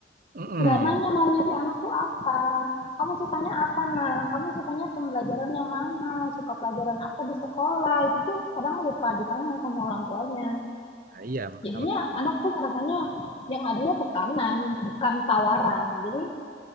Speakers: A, on the right; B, on the left.
A: Mm-mm.
B: nggak nanya maunya si anak tuh apa kamu sukanya apa nak kamu sukanya pembelajaran yang mana suka pelajaran apa di sekolah itu tuh kadang lupa ditanya sama orang tuanya
A: Ah, Iya, Mak.
B: Jadinya
A: Ah,
B: anak tuh ngerasanya yang adanya tekanan, bukan tawaran. Jadi